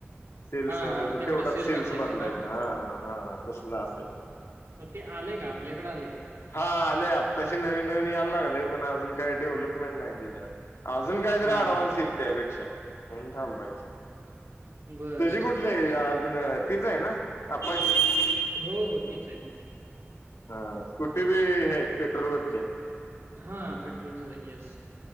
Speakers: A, on the left (about 80°); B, on the right (about 70°).
A: सेल्स
B: हां,
A: म्हणजे
B: हां. तेवढे
A: तेवढाच
B: सेल
A: सेल्स
B: बदलायचे
A: बदलायचं
B: ना?
A: हा ह हा तसलं आलंयच ते.
B: पण ते आलेय का? आपल्याकडे आलंय का?
A: हा आलंय आत्ताशी नवीन नवीन यायला लागलेय पण अजून काही डेव्हलपमेंट नाही त्याचीअजून अजून काहीतरी
B: हां,
A: अँडव्हान्स
B: हां.
A: येईल त्यापेक्षा.. म्हणून थांबायचं
B: बरं,
A: तुझी
B: बरं,
A: कुठली
B: बरं.
A: आहे आज? अजून तिचं आहे ना आप्पाची..
B: हो हो तीच आहे. तीच आहे.
A: हा स्कुटी बी ही आहे पेट्रोल वरचे.
B: हा पेट्रोलचीच आहे. येस